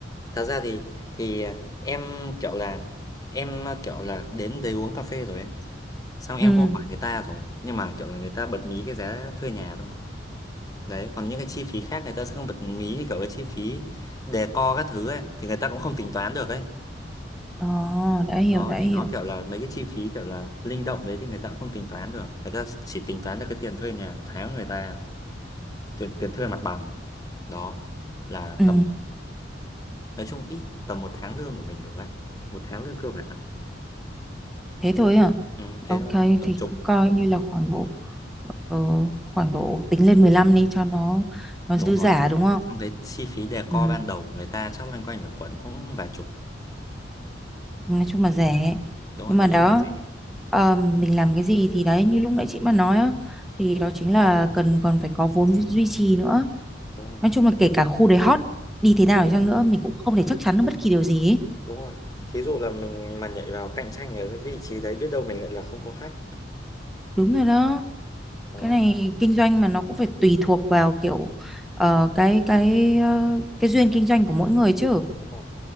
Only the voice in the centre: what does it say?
Ừ.
ờ đã hiểu,
đã
hiểu.
Ừ,
thế thôi à?
Ok,
thì
cứ coi như là khoảng độ ờ, khoảng độ tính lên 15 đi cho nó nó
dư
giả đúng không?
Ừ,
nói chung là rẻ.
Nhưng
mà đó
ờ, mình làm cái gì thì đấy như lúc nãy chị mà nói á thì đó chính là cần còn phải có vốn duy trì nữa.
nói chung là kể cả khu đấy hot đi thế nào
đi chăng
nữa mình cũng không thể chắc chắn được bất kỳ điều gì ấy.
đúng rồi đó
cái này kinh doanh mà nó cũng phải tùy thuộc vào kiểu ờ, cái cái ờ, cái duyên kinh doanh của mỗi người chứ